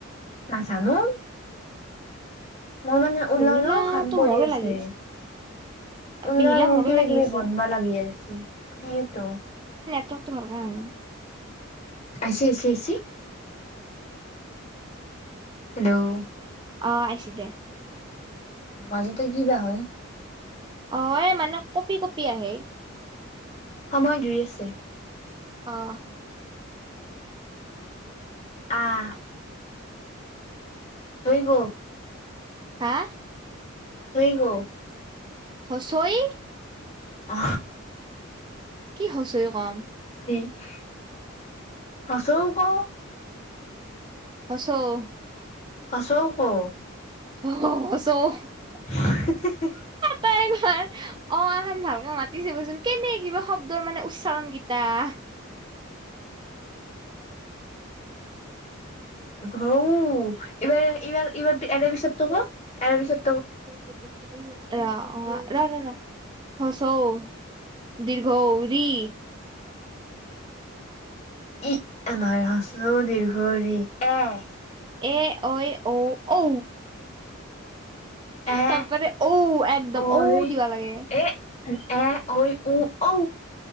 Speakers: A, on the left; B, on the right.
A: নাজানো। মোৰ মানে ঊলৰো
B: বিহিলাটো
A: কাম পৰি
B: মোৰো
A: আছে।
B: লাগি
A: ঊলৰ
B: বিহিলা
A: মোৰ
B: মোৰো
A: কিবা
B: লাগি
A: কিবি
B: আছে
A: বনবা লাগি আছে সেইটো।
B: <unintelligible> ন
A: আছে, আছে, আছে হেল্ল'
B: অ আহিছি দে।
A: অ মাজতে কি বা হয়।
B: অ এ মানে কঁপি কঁপি আহে।
A: সময় দুুই আছে।
B: অ।
A: আহ। <unintelligible>
B: হা
A: <unintelligible>
B: হ্ৰস্ব ই
A: অ
B: কি হ্ৰস্ব ই কম
A: উ
B: <unintelligible>
A: হ্ৰস্ব উ ক
B: <unintelligible>
A: <inaudible>
B: তাই একবাৰ অ আহ ভালকে মাতি চাবচোন কেনে কিবা শব- দৰ মানে উচ্চাৰণকেইটা <unintelligible>
A: অউ ইবাৰ ইবাৰ ইবাৰ এৰে পিছৰতো ক। তাৰ পিছত।
B: <unintelligible> অ' ৰ ৰ ৰ। হ্ৰস্ব উ, দীৰ্ঘ ঊ, ঋ।
A: <unintelligible> <unintelligible>
B: এ, ঐ, ঔ, ঔ।
A: এ
B: তপৰে ঔ, একদম
A: ঐ
B: ঔ, দিবা লাগে।
A: এ এ, ঐ, ও, ঔ